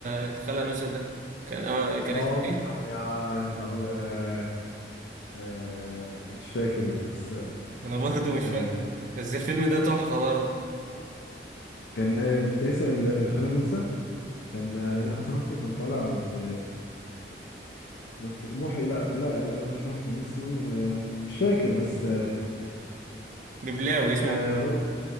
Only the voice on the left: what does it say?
اه
يا يا نهار ابيض آه آه مش فاكر بس
آه
كان آه كان اسمه ال- الخالة نوسة كان آه حسن حسني كان طالع ب ما افتكر محي لا لا لا, لا مش محي كان اسمه إيه؟ آه مش فاكر بس آه
آه، برضه